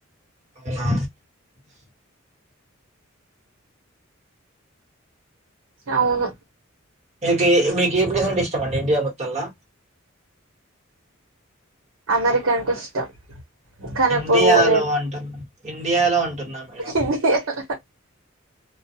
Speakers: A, on the right (about 35°); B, on the right (about 80°).
A: అవునా
B: అవును
A: మీకు మీకు ఏ ప్లేస్ అంటే ఇష్టం అండి ఇండియా మొత్తంలా
B: అమెరికా అంటే ఇష్టం కానీ
A: ఇండియాలో
B: ఎప్పుడు పోలేదు
A: అంటున్న ఇండియాలో అంటున్నా మేడం
B: ఇండియాలో